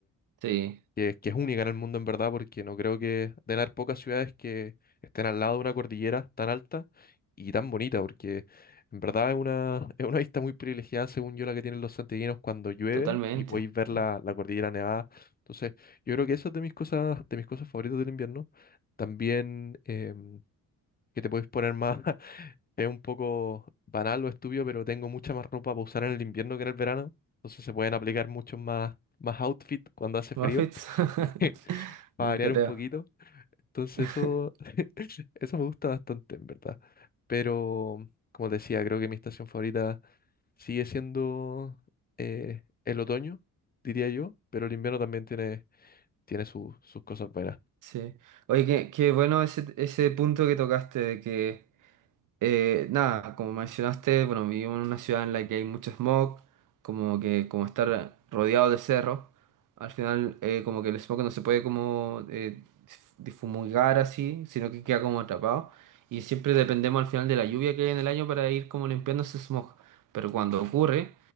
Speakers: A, on the right; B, on the left.
A: sí,
B: que, que es única en el mundo en verdad, porque no creo que den haber pocas ciudades que estén al lado de una cordillera tan alta y tan bonita, porque en verdad es una, es una vista muy privilegiada, según yo, la que tienen los santiaguinos cuando llueve
A: totalmente.
B: y podéis ver la,
A: sí.
B: la cordillera nevada. Entonces, yo creo que eso es de mis cosas, de mis cosas favoritas del invierno. También em, que te podéis poner más, <laughs> es un poco banal o estúpido, pero tengo mucha más ropa para usar en el invierno que en el verano. Entonces se pueden aplicar muchos más, más outfit cuando hace frío.
A: Muffets. <laughs>
B: <laughs> para
A: No
B: variar
A: Te creo.
B: un poquito. Entonces
A: <laughs>
B: eso, eso me gusta bastante, en verdad. Pero, como te decía, creo que mi estación favorita sigue siendo eh, el otoño, diría yo, pero el invierno también tiene, tiene su- sus cosas buenas.
A: Sí. Oye, qué, qué bueno ese, ese punto que tocaste de que Eh, nada, como mencionaste, bueno, vivimos en una ciudad en la que hay mucho smog, como que como estar rodeado de cerros al final eh, como que el smog no se puede como eh, dif- difumigar así, sino que queda como atrapado. Y siempre dependemos al final de la lluvia que hay en el año para ir como limpiando ese smog. Pero cuando ocurre,